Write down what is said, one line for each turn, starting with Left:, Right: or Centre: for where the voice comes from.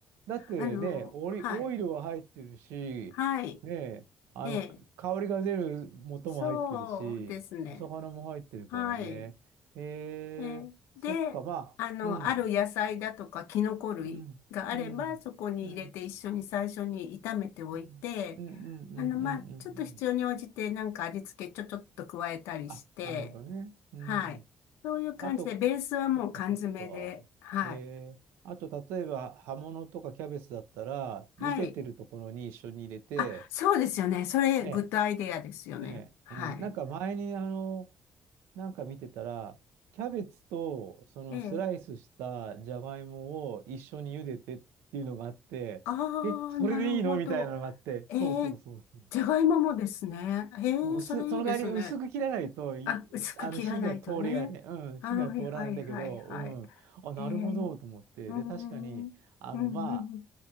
Right: だってね、
Left: あの、
Right: オリ、
Left: はい。
Right: オイルは入ってるし、
Left: はい。
Right: ね、あの、
Left: ええ。
Right: 香りが出る元も入ってるし、
Left: そうですね。
Right: お魚も入ってるからね。
Left: はい。
Right: えー、
Left: えーで、
Right: そっか、まあ、
Left: あの、
Right: うん。
Left: ある野菜だとかキノコ類があれば、
Right: うん。うん。
Left: そこに入れて一緒に最初に炒めておいて、
Right: うん。うん。うん。うん。うん。
Left: あの、まあ、
Right: うん。うんうん
Left: ちょっと必要に応じてなんか味付けちょちょっと加えたりして、
Right: あ、なるほどね。うん。
Left: はい。そういう感じで、
Right: あと、
Left: ベースはもう缶詰で、
Right: そっかそっか。
Left: はい。
Right: えー、あと、例えば、葉物とかキャベツだったら、
Left: はい。
Right: 茹でてるところに一緒に入れて、
Left: あ、そうですよね。それ、
Right: ね、
Left: グッドアイデアですよね。
Right: ね、
Left: はい。
Right: うん、なんか前に、あの、なんか見てたら、キャベツと、そのスライスしたじゃがいもを一緒に茹でてっていうのがあって、
Left: ええ。あ
Right: え、それでいいのみたいなのがあって、
Left: あ、なるほど。ええ、
Right: そうそうそうそう。
Left: じゃがいももですね。ええ、
Right: 薄、
Left: それいいですね。
Right: その代わり薄く切らないと、いあの火が通りがね、
Left: あ、薄く切らないとね。
Right: うん、
Left: はいはいはいはい。
Right: 火が通らないんだけど、うん、あ、なるほどと思って、
Left: へえ、うーん、
Right: で、確かに、
Left: うん、
Right: あの、
Left: うん。
Right: ま